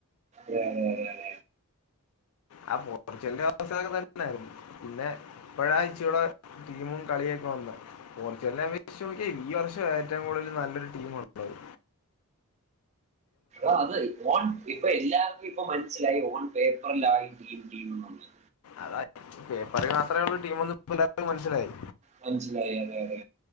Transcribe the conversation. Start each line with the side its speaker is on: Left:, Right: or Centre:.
Right: രാരാ രാരാ
Left: ആ പോർച്ചുഗലിന്റെ അവസ്ഥ ഇതൊക്കെ തന്നെയായിരുന്നു. പിന്നെ ഇപ്പോഴാ ഇച്ചിരുടെ ടീമും കളിയൊക്കെ വന്നേ പോർച്ചുഗലിനെ അപേക്ഷിച്ചു നോക്കിയാൽ ഈ വർഷമാ ഏറ്റവും കൂടുതൽ നല്ലൊരു ടീം ഉള്ളത്.
Right: ആഹ് അത് പോൺ ഇപ്പൊ എല്ലാ ഇപ്പോ മനസ്സിലായി ഓൺ പേപ്പറിലായി ടീം ടീമെന്നുള്ളത്
Left: അതാ പേപ്പറിൽ മാത്രമേള്ളൂ ടീമെന്നു ഇപ്പം എല്ലാർക്കും മനസ്സിലായി.
Right: മനസ്സിലായി അതെ അതെ